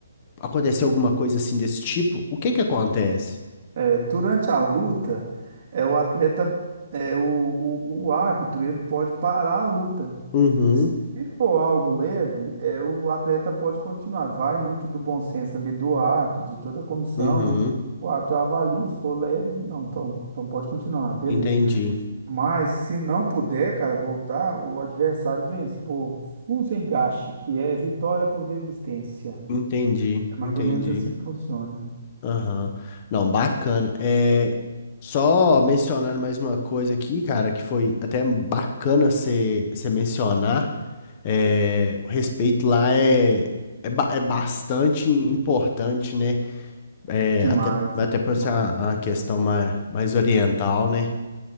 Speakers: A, on the left; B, on the right.
A: acontecer alguma coisa assim desse tipo, o que que acontece?
B: É, durante a luta, é o atleta, é o, o, o árbitro, ele pode parar a luta
A: Uhum,
B: Se for algo leve, é, o atleta pode continuar. Vai muito do bom senso ali do árbitro, de toda a comissão,
A: uhum,
B: né? O árbitro avalia, se for leve, não, então, então pode continuar, beleza.
A: entendi,
B: Mas se não puder, cara, voltar, o adversário vence por Fusengache, que é vitória por desistência.
A: entendi,
B: É mais
A: entendi.
B: ou menos assim que funciona.
A: Aham. Não, bacana. É, só mencionando mais uma coisa aqui, cara, que foi até bacana você mencionar. É, o respeito lá é, é, ba- é bastante importante, né? É,
B: Demais,
A: até, até por
B: demais.
A: ser a, a questão mais, mais oriental, né?